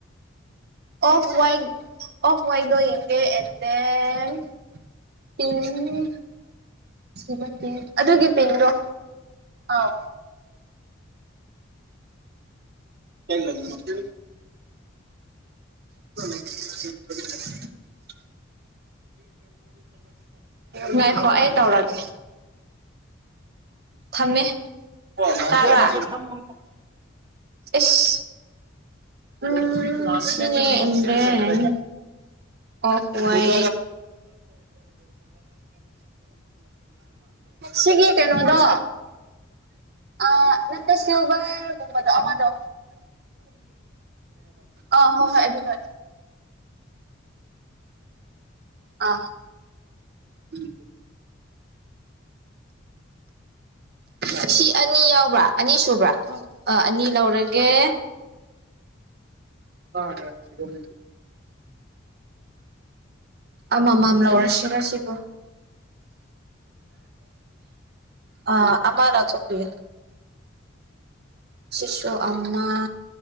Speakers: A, on the right (about 55°); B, on the right (about 20°).
A: ꯑꯣꯐ ꯋꯥꯏꯠ ꯑꯣꯐ ꯋꯥꯏꯠꯇꯣ ꯌꯦꯡꯒꯦ ꯑꯦꯟ ꯗꯦꯟ ꯍꯨꯝ ꯁꯤꯗ ꯄꯤꯡ ꯑꯗꯨꯒꯤ ꯄꯤꯡꯗꯣ ꯑꯥꯎ ꯀꯩ ꯂꯝꯅꯣ ꯁꯤ <unintelligible> ꯉꯥꯢꯈꯣ ꯑꯩ ꯇꯧꯔꯛꯀꯦ ꯊꯝꯃꯦ
B: ꯅꯠꯇꯦ
A: ꯇꯥꯕꯔꯥ
B: ꯅꯠꯇꯦ ꯊꯝꯃꯣ
A: ꯏꯁ ꯎꯝ ꯁꯤꯅꯦ ꯑꯦꯟ ꯗꯦꯟ ꯑꯣꯐ ꯋꯥꯏꯠ ꯁꯤꯒꯤ ꯀꯩꯅꯣꯗꯣ ꯑ ꯅꯠꯇꯦ ꯁꯤꯜꯚꯔꯒꯨꯝꯕꯗꯣ ꯑꯃꯗꯣ ꯑꯥ ꯍꯣꯏ ꯍꯣꯏ ꯑꯗꯨꯗꯣ ꯑ ꯎꯝ ꯑꯁꯤ ꯑꯅꯤ ꯌꯥꯎꯕ꯭ꯔꯥ ꯑꯅꯤ ꯁꯨꯕ꯭ꯔꯥ ꯑ ꯑꯅꯤ ꯂꯧꯔꯒꯦ ꯑꯗ ꯌꯨꯝ ꯑꯃꯃꯝ ꯂꯧꯔꯁꯤꯔ ꯁꯤꯕꯨ ꯑ ꯑꯃ ꯂꯧꯊꯣꯛꯄꯤꯌꯣ ꯆꯤꯁꯨ ꯑꯃ